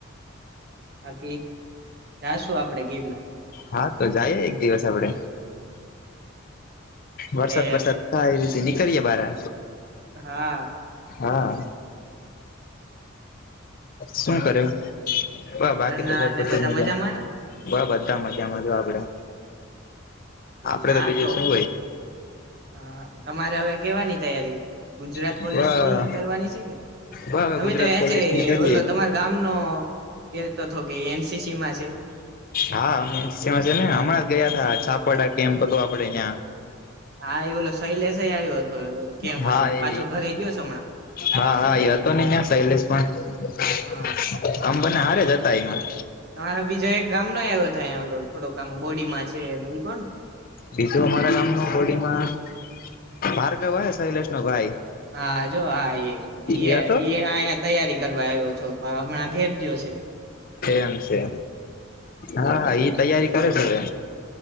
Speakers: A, on the right; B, on the left.
A: બાકી જાશું આપડે ગિરનાર
B: હા તો જઈ એક દિવસ આપડે
A: આપડે
B: વરસાદ બરસાદ થાય એ રીતે નીકળએે બારે
A: હા
B: હા શું કર્યું બ બાકી
A: ઘરના
B: તો જો બધુ
A: ને બધા
B: મજા
A: મજામાં ને
B: બ બધા મજામા જો આપડે આપડે
A: ના
B: બીજું
A: તો
B: શું
A: હું કે હા તમારે હવે કેવાની તૈયારી ગુજરાત
B: હોય
A: પોલીસની કરવાની છે કે
B: બ હવે
A: તમે
B: ગુજરાત
A: તો એ
B: પોલીસ
A: છે
B: ની કરીએ
A: ઓલો તમાર ગામનો કે તો થો કે એન. સી. સી માં છે
B: હા <unintelligible> માં છે ને હમણાં જ ગયા હતા છાપડા કેમ્પ હતો આપડે અયા
A: હા એ ઓલો શૈલેષ એ આવ્યો હતો કેમ્પ
B: હા
A: હતો તો
B: એ
A: પાછો ઘરે ગયો છે હમણાં
B: હા હા એ હતો ને શૈલેષ પણ
A: હા
B: બને હારે જતા એમાં
A: તમારા બીજા એક ગામ નો આવો થાયલો થોડોકામ બોડીમાં છે એ કોણ
B: બીજું અમારા ગામમાં બોડીમાં ભારગવ હે શૈલેષ નો ભાઈ
A: હા જો હા એ ઇ ઇ
B: એ
A: અહીયા
B: હતો
A: તૈયારી કરવા આવ્યો હતો પણ હમણાં ઘેર ગયો છે
B: એમ છે હા ઈ તૈયારી કરે છે હવે